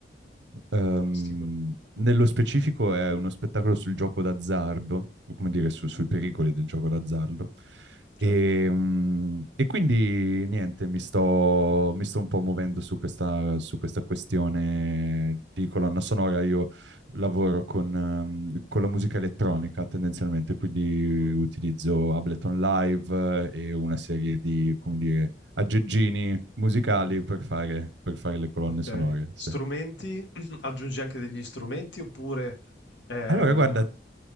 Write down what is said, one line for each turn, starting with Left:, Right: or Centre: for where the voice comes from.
Right: Ehm,
Left: Fantastico,
Right: nello specifico è uno spettacolo sul gioco d'azzardo, o come dire, su- sui pericoli
Left: Mhm,
Right: del gioco d'azzardo.
Left: certo.
Right: E, mh, e quindi niente, mi sto, mi sto un po' muovendo su questa, su questa questione di colonna sonora. Io lavoro con, ehm, con la musica elettronica tendenzialmente, quindi
Left: Mhm.
Right: utilizzo Ableton Live e una serie di, come dire, aggeggini musicali per fare, per fare le colonne
Left: Ok.
Right: sonore.
Left: Strumenti?
Right: sì.
Left: <clears throat> Aggiungi anche degli strumenti oppure eh,
Right: Allora, guarda,